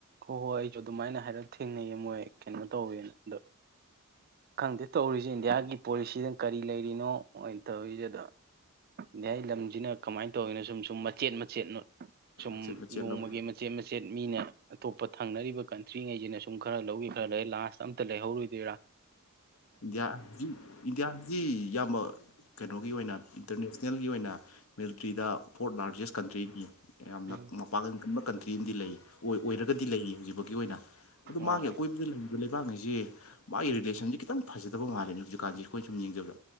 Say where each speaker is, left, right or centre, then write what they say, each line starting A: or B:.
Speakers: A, on the right (about 45°); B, on the left (about 70°).
A: ꯍꯣꯏ ꯍꯣꯏ ꯑꯩꯁꯨ ꯑꯗꯨꯃꯥꯏꯅ ꯍꯥꯏꯔꯞ ꯊꯦꯡꯅꯩꯌꯦ ꯃꯣꯏ ꯀꯩꯅꯣ ꯇꯧꯋꯦꯅ ꯑꯗꯣ ꯈꯪꯗꯦ ꯇꯧꯔꯤꯁꯦ ꯏꯟꯗꯤꯌꯥꯒꯤ ꯄꯣꯂꯤꯁꯤꯗ ꯀꯔꯤ ꯂꯩꯔꯤꯅꯣ ꯑꯣꯏꯅ ꯇꯧꯔꯤꯁꯦ ꯑꯗ ꯏꯗꯤꯏ ꯂꯝꯁꯤꯅ ꯀꯃꯥꯏꯅ ꯇꯧꯔꯤꯅꯣ ꯁꯨꯝ ꯁꯨꯝ ꯃꯆꯦꯠ ꯃꯆꯦꯠꯅꯣ ꯁꯨꯝ
B: ꯃꯆꯦꯠ ꯃꯆꯦꯠ
A: ꯅꯣꯡꯃꯒꯤ
B: ꯂꯧ
A: ꯃꯆꯦꯠ ꯃꯆꯦꯠ ꯃꯤꯅ ꯑꯇꯣꯞꯄ ꯊꯪꯅꯔꯤꯕ ꯀꯟꯇ꯭ꯔꯤꯉꯩꯁꯤꯅ ꯁꯨꯝ ꯈꯔ ꯂꯧꯋ ꯈꯔ ꯂꯧ ꯂꯥꯁ ꯑꯝꯇ ꯂꯩꯍꯧꯔꯨꯗꯣꯏꯔꯥ
B: ꯏꯟꯗꯤꯌꯥꯖꯤ ꯏꯟꯗꯤꯌꯥꯖꯤ ꯌꯥꯝꯕ ꯀꯩꯅꯣꯒꯤ ꯑꯣꯏꯅ ꯏꯟꯇꯔꯅꯦꯁꯅꯦꯜꯒꯤ ꯑꯣꯏꯅ ꯃꯤꯂꯤꯇ꯭ꯔꯤꯗ ꯐꯣꯔꯠ ꯂꯥꯔꯖꯦꯁ ꯀꯟꯇ꯭ꯔꯤꯅꯤ ꯌꯥꯝꯅ
A: ꯎꯝ
B: ꯃꯄꯥꯡꯒꯟ ꯀꯟꯕ ꯀꯟꯇ꯭ꯔꯤ ꯑꯃꯗꯤ ꯂꯩ ꯑꯣꯏ ꯑꯣꯏꯔꯒꯗꯤ ꯂꯩꯔꯤ ꯍꯧꯖꯤꯛꯐꯒꯤ ꯑꯣꯏꯅ ꯑꯗꯨ
A: ꯍꯣꯏ
B: ꯃꯥꯒꯤ ꯑꯀꯣꯏꯕꯗ ꯂꯩ ꯂꯩꯕꯥꯛꯉꯁꯤꯦ ꯃꯥꯒꯤ ꯔꯤꯂꯦꯁꯟꯁꯦ ꯈꯤꯇꯪ ꯐꯖꯗꯕ ꯃꯥꯜꯂꯦꯅꯦ ꯍꯧꯖꯤꯛꯀꯥꯟꯁꯦ ꯑꯩꯈꯣꯏꯅ ꯁꯨꯝ ꯌꯦꯡꯖꯕ